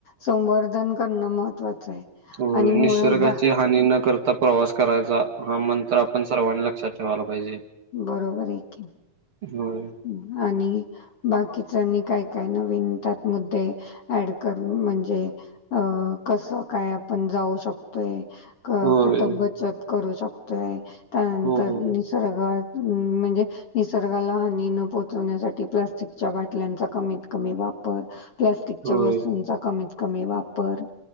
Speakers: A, on the left; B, on the right.
A: संवर्धन करणं महत्वाचं आहे.
B: हो
A: आणि मुळात
B: निसर्गाच्या
A: बा
B: आणि न करता प्रवास करायचा हा मंत्र आपण सर्वांनी लक्षात ठेवायला पाहिजे.
A: बरोबर आहेे की
B: होय,
A: <inaudible> आणि बाकीच आणि काय काय नवीन त्यात मुद्दे ऍड करण म्हणजे अ कस काय आपण जाऊ शकतोय, - क
B: होय,
A: कुटं बचत करू शकतोय त्यानंतर
B: होय,
A: निसर्ग हम्म म्हणजे निसर्गाला हानी न पोहोचवण्यासाठी प्लास्टिकच्या बाटल्यांचा कमीत कमी वापर प्लास्टिकच्या
B: होय,
A: वस्तूंचा कमीत कमी वापर